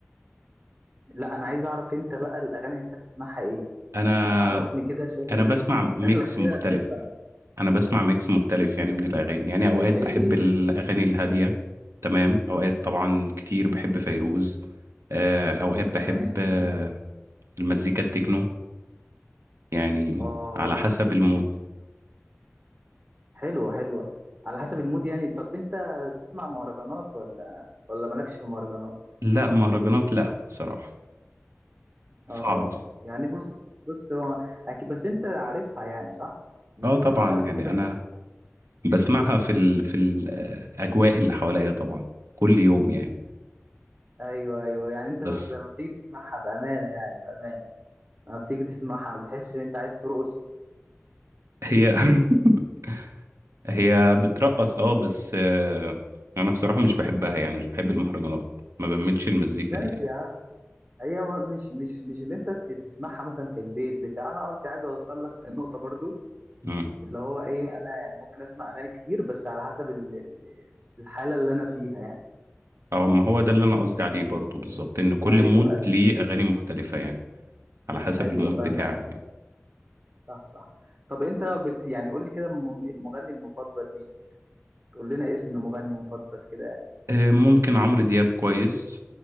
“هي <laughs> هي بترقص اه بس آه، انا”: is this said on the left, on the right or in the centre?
Right